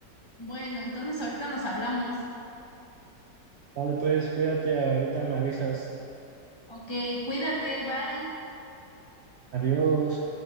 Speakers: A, on the left; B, on the right.
A: Bueno, entonces ahorita nos hablamos.
B: Vale, pues, cuídate, ahorita me avisas.
A: Ok, cuídate, bye.
B: Adiós.